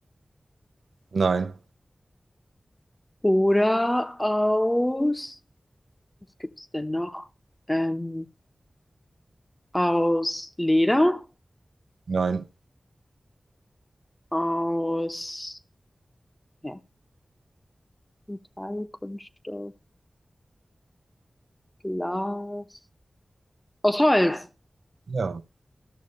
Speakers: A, on the right; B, on the left.
A: Nein,
B: oder aus, was gibt's denn noch? Ähm, aus Leder,
A: nein,
B: aus ja, Metall, Kunststoff, Glas, aus Holz.
A: ja,